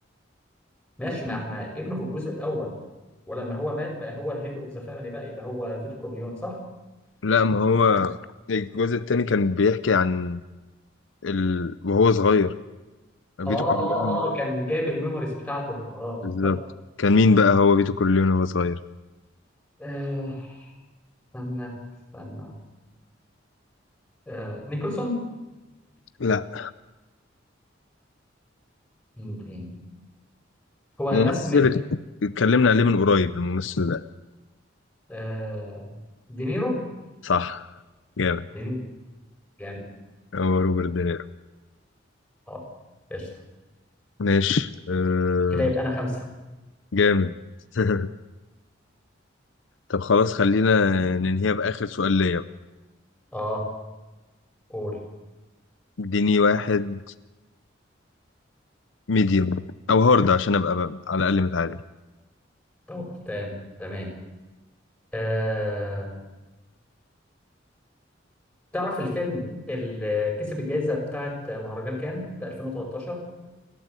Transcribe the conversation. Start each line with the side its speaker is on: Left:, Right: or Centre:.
Centre: ماشي ما احنا ابنه في الجزء الاول ولما هو مات بقى هو الهيد اوف ذا فاميلي بقى يبقى هو فيتو كورليوني صح؟
Left: لا ما هو الجزء الثاني كان بيحكي عن ال... وهو صغير
Centre: اه
Left: فيتو كورليون
Centre: اه اه كان جايب الميموريز بتاعته اه افتكرت
Left: بالظبط كان مين بقى هو فيتو كورليون وهو صغير؟
Centre: آه، استنى استنى آه، نيكلسون
Left: لا
Centre: مين تاني هو
Left: ممثل
Centre: ناس من
Left: اتكلمنا عليه من قريب الممثل
Centre: آه، دينيرو
Left: صح جامد
Centre: دينيرو جامد
Left: هو روبرت دينيرو
Centre: اه قشطة
Left: ماشي أه
Centre: كده يبقى انا خمسة
Left: جامد <laughs> طب خلاص خلينا ننهيها بآخر سؤال ليا
Centre: اه قول
Left: اديني واحد ميديوم او هارد عشان ابقى بقى على الاقل متعادل
Centre: طب تمام تمام آه، تعرف الفيلم اللي كسب الجائزة بتاعت مهرجان كان في 2013